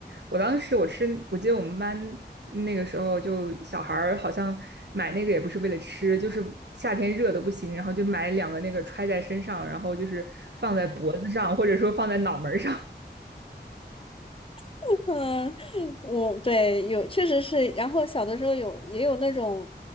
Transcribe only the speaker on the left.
<laughs> 嗯，我对有确实是，然后小的时候有也有那种